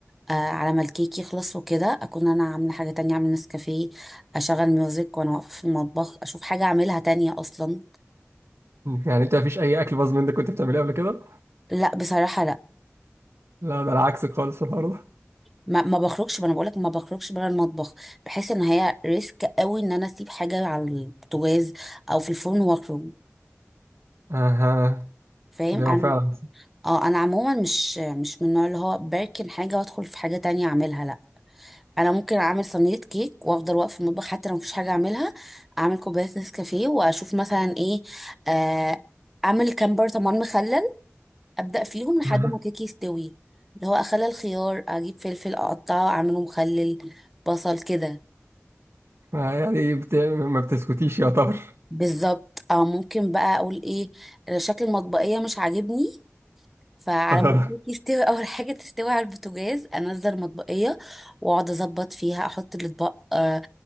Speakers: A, in the centre; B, on the right.
A: آه على ما الكيك يخلص وكده اكون انا عامله حاجه تانية اعمل نسكافيه اشغل ميوزك وانا واقفه في المطبخ اشوف حاجه اعملها تانية اصلا
B: يعني انت مفيش اي اكل باظ منك كنت بتعمليه قبل كده
A: لا بصراحه لا
B: لا ده انا عكسك خالص النهارده
A: ما, ما بخرجش ما انا بقولك ما بخرجش بره المطبخ بحس ان هي ريسك قوي ان انا اسيب حاجه على البوتاجاز او في الفرن واخرج
B: اها
A: فاهم
B: ده هو
A: انا
B: فعلا
A: اه انا عموما مش مش من النوع اللي هو بركن حاجه وادخل في حاجه تانية اعملها لا انا ممكن اعمل صينيه كيك وافضل واقف في المطبخ حتى لو مفيش حاجه اعملها اعمل كوبايه نسكافيه واشوف مثلا ايه آه اعمل كام برطمان مخلل ابدا فيهم
B: <laughs>
A: لحد ما كيكي يستوي اللي هو اخلل الخيار اجيب فلفل اقطعه اعمله مخلل بصل كده
B: أها. يعني بت... ما بتسكتيش يا طار
A: بالظبط او ممكن بقى اقول ايه شكل المطبقيه مش عاجبني فعلى
B: أها.
A: ما الكيك يستوي اول حاجه تستوي على البوتاجاز انزل المطبقيه واقعد اظبط فيها احط الاطباق آه،